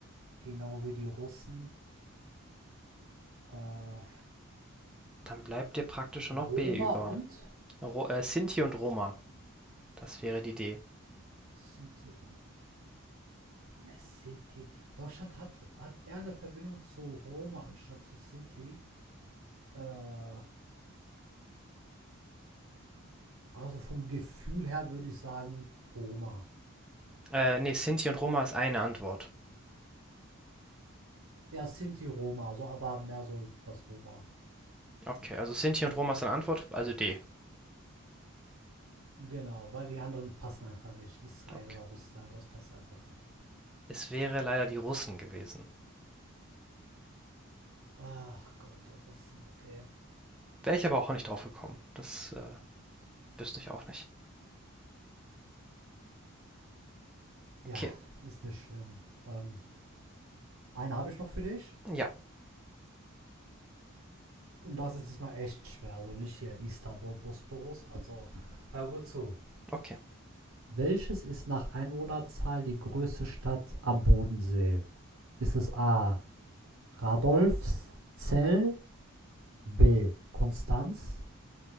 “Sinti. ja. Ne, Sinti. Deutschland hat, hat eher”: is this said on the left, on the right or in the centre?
Right